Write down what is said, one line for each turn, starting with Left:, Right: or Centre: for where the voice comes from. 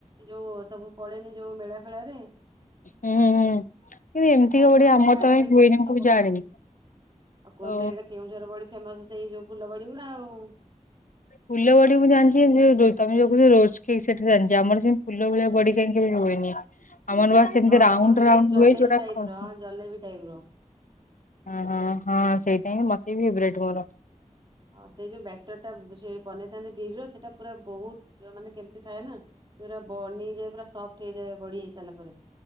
Right: ଯୋଉ ସବୁ ପଡେନି ଯୋଉ ମେଳା ଫେଳାରେ
Left: ହୁଁ ହୁଁ। କିନ୍ତୁ ଏମିତିକା ବଡି
Right: ଯୋଉ
Left: ଆମର
Right: ହ୍ୟାଣ୍ଡମେଡ
Left: ତ କାଇଁ ହୁଏନି
Right: ଜିନିଷ ସବୁ
Left: ମୁଁ କେବେ
Right: ପକାନ୍ତି
Left: ଜାଣିନି।
Right: ଆଉ କୁହନ୍ତି
Left: ଓ
Right: ଏଇଟା କେଉଁଝର ବଡି ଫେମସ ସେଇ ଯୋଉ ଫୁଲ ବଡି ଗୁଡା ଆଉ।
Left: ଫୁଲ ବଡି ମୁ ଜାଣିଛି ତମେ ଯୋ କହୁ ରୋଜକ୍ ସେଠା ଜାଣିଛି ଆମର ସେମି ଫୁଲ ଭଳିଆ ବଡି କାାଇଁ କେ ହୁଏନି। ଆମର ବା ସେମିତି
Right: ହଁ
Left: ରାଉଣ୍ଡ
Right: ସେଇ
Left: ରାଉଣ୍ଡ
Right: ଜଲେବି
Left: ହୁ ଯୋଉଟା
Right: ଟାଇପ
Left: ଖସେ
Right: ର ହଁ ଜଲେବି ଟାଇପ ର
Left: ହ ହଁ ହଁ ସେଇଟା ହିଁ ମତେ ବି ଫେବାଇଟ୍ ମୋର।
Right: ହଁ ସେଇ ଯୋଉ ବେଟର ଟା ସେ ବନେଇଥାନ୍ତି ବିରି ର ସେଇଟା ପୁରା ବହୁତ ମାନେ କେମିତି ଥାଏ ନା ସେ ପୁରା ବନେଇଯାଏ ପୁରା ସଫ୍ଟ ହେଇଯାଏ ବଢି ହେଇ ସାରିଲା ପରେ